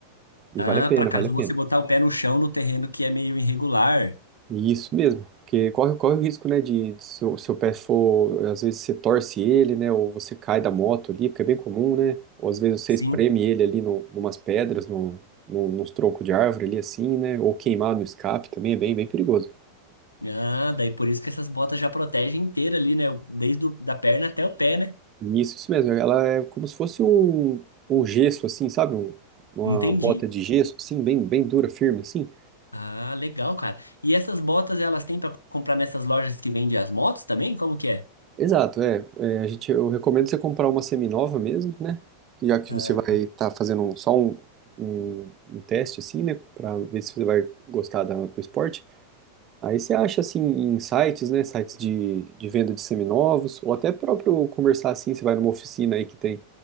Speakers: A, on the left (about 80°); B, on the right (about 30°).
A: Ah,
B: e vale a
A: para
B: pena,
A: caso
B: vale a
A: você
B: pena.
A: botar o pé no chão no terreno que é meio irregular.
B: Isso mesmo, porque corre, corre o risco, né, de se o seu pé for, às vezes você torce ele, né, ou você cai da moto ali, porque é bem comum, né, ou às vezes você
A: Sim.
B: espreme ele ali no, numas pedras, num, num, nos troncos de árvore ali assim, né, ou queimar no escape também é bem, bem perigoso.
A: Ah, daí por isso que essas botas já protegem inteira ali, né? Desde o, da perna até o pé, né?
B: E Isso, isso mesmo, ela é como se fosse um, um gesso assim, sabe, um, uma
A: Entendi.
B: bota de gesso assim, bem, bem dura, firme assim.
A: Ah, legal, cara. E essas botas elas têm para comprar nessas lojas que vendem as motos também? Como que é?
B: Exato, é, É, a gente, eu recomendo você comprar uma seminova mesmo, né? Que Já que
A: Ah,
B: você vai estar fazendo só um, um, um teste, assim, né? Para ver se você vai gostar da- do esporte. Aí você acha, assim, em sites, né? Sites de, de venda de seminovos, ou até próprio conversar, assim, você vai numa oficina aí que tem,